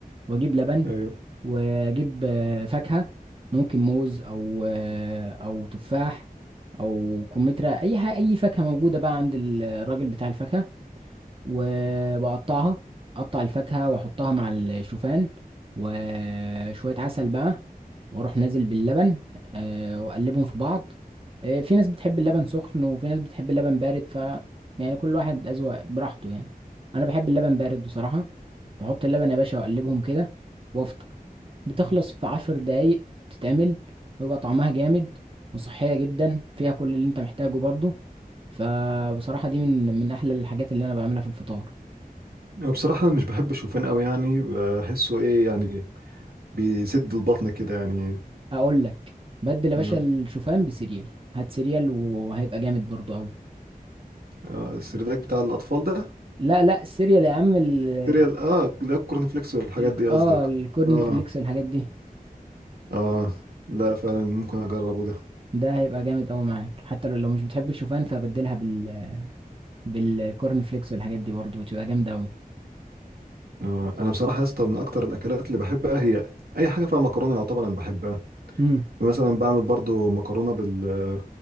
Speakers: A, on the right; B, on the right.
A: واجيب لبن
B: ايوه
A: واجيب آه، فاكهة ممكن موز او آه، او تفاح او كمثرى اي حاجة اي فاكهة موجودة بقى عند الراجل بتاع الفاكهة وبقطعها اقطع الفاكهة واحطها مع الشوفان وشوية عسل بقى واروح نازل باللبن آه، واقلبهم في بعض آه، في ناس بتحب اللبن سخن وفي ناس بتحب اللبن بارد ف يعني كل واحد أذواق براحته يعني انا بحب اللبن بارد بصراحة بحط اللبن يا باشا واقلبهم كده وافطر بتخلص في عشر دقايق تتعمل ويبقى طعمها جامد وصحية جدا فيها كل اللي انت محتاجه برضو فبصراحة دي من من أحلى الحاجات اللي أنا بعملها في الفطار
B: أنا بصراحة مش بحب الشوفان أوي يعني بحسه ايه يعني بيسد البطن كده يعني
A: أقول لك بدل يا
B: امم
A: باشا الشوفان بسيريال هات سيريال وهيبقى جامد برضو أوي
B: آه السردك بتاع الأطفال ده
A: لا لا السيريال يا عم ال
B: سيريال اه لا الكورن فليكس والحاجات
A: ال
B: دي قصدك
A: اه الكورن
B: اه
A: فليكس والحاجات دي
B: اه لا فعلا ممكن اجربه ده
A: ده هيبقى جامد أوي معاك حتى لو لو مش بتحب الشوفان فبدلها بال بالكورن فليكس والحاجات دي برضو بتبقى جامدة أوي
B: آه. انا بصراحه يا اسطى من اكتر الاكلات اللي بحبها هي اي حاجه فيها مكرونه يعتبر انا بحبها
A: امم
B: مثلا بعمل برضو مكرونه بال